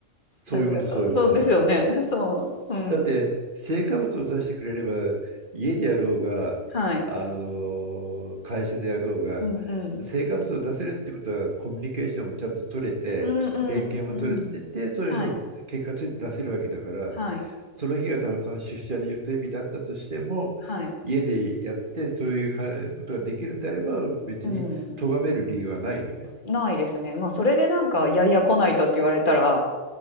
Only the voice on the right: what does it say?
そういうことそういうこと
だって、成果物を出してくれれば、家でやろうが、
あの、会社でやろうが、
成果物を出せるってことは、コミュニケーションもちゃんと取れて、
連携も取れてて、そういうのを結果ついて出せるわけだから、
その日がたまたま出社の予定日だったとしても、
家でやって、そういうかことができるんであれば、別に咎める理由はないよね。